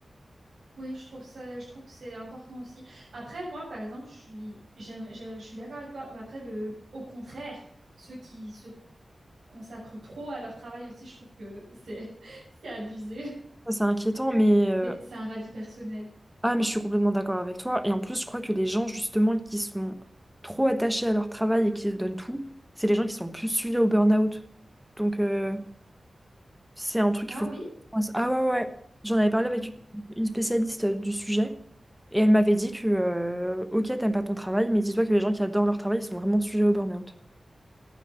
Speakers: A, on the right (about 80°); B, in the centre.
A: Oui, je trouve ça, je trouve que c'est important aussi. Après, moi, par exemple, je suis, j'aime- je, je suis d'accord avec toi. Mais Après, le, au contraire, ceux qui se consacrent trop à leur travail aussi, je trouve que c'est <laughs> c'est abusé.
B: Ça, c'est inquiétant, mais, euh,
A: Mais c'est un avis personnel.
B: ah, mais je suis complètement d'accord avec toi. Et en plus, je crois que les gens, justement, qui sont trop attachés à leur travail et qui se donnent tout, c'est les gens qui sont plus sujets au burn-out. Donc, euh, c'est un truc
A: Ah
B: qu'il faut...
A: oui?
B: faire attention. Ah ouais, ouais. ouais. J'en avais parlé avec
A: Hmm.
B: une spécialiste du sujet et elle m'avait dit que, euh, ok, t'aimes pas ton travail, mais dis-toi que les gens qui adorent leur travail, ils sont vraiment sujets au burn-out.